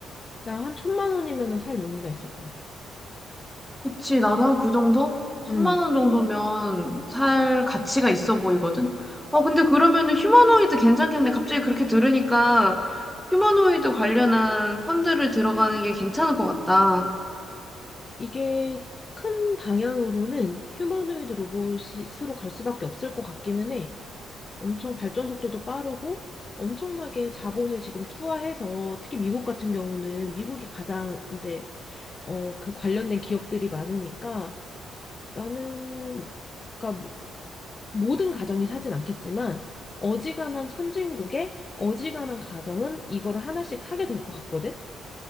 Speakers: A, on the left (about 30°); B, in the centre.
A: 나 한 천만 원이면은 살 용의가 있을 것 같아.
B: 그치, 나도 한 그 정도? 천만
A: 음,
B: 원 응. 정도면 살 가치가 있어 보이거든? 어, 근데 그러면은 휴머노이드 괜찮겠네. 갑자기 그렇게 들으니까 휴머노이드 관련한 펀드를 들어가는 게 괜찮을 것 같다.
A: 이게 큰 방향으로는 휴머노이드 로봇으로 갈 수밖에 없을 것 같기는 해. 엄청 발전 속도도 빠르고 엄청나게 자본을 지금 투하해서 특히 미국 같은 경우는 미국이 가장 이제 어, 그 관련된 기업들이 많으니까 나는 그러니까 뭐- 모든 가정이 사진 않겠지만 어지간한 선진국의 어지간한 가정은 이거를 하나씩 사게 될 것 같거든.